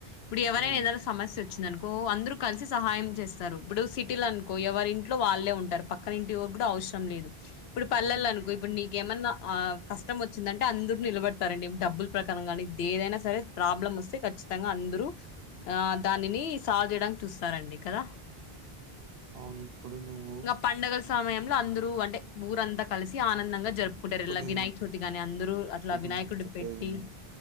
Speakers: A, on the left (about 80°); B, on the right (about 80°).
A: ఇప్పుడు ఎవరైనా
B: ఉమ్
A: ఏదైనా సమస్య వచ్చిందనుకో అందరూ కలిసి సహాయం చేస్తారు ఇప్పుడు సిటీలో అనుకో ఎవరి ఇంట్లో వాళ్ళే ఉంటారు పక్కన ఇంటి కూడా అవసరం లేదు ఇప్పుడు పల్లెల్లో
B: ఉమ్
A: అనుకో ఇప్పుడు నీకేమన్నా కష్టం వచ్చిందంటే అందరు నిలబడతారండి డబ్బులు ప్ర కానీ ఏదైనా సరే ప్రాబ్లమ్ వస్తే ఖచ్చిత అందరూ ఆ దానిని సాల్వ్ చేయడానికి చూస్తారండి కదా
B: ఆ వుంది ఇప్పుడు నువ్వు
A: నా పండగల సమయంలో అందరూ అంటే ఊరంతా కలిసి ఆనందంగా జ జరుపుకుంటారు
B: ఇప్పుడు
A: ఇలా
B: నేను
A: వినాయక చవితిగాని అందరరుూ అట్లా
B: ఇప్పుడు
A: వినాయకుడు
B: చెప్పేది
A: పెట్టి,
B: విను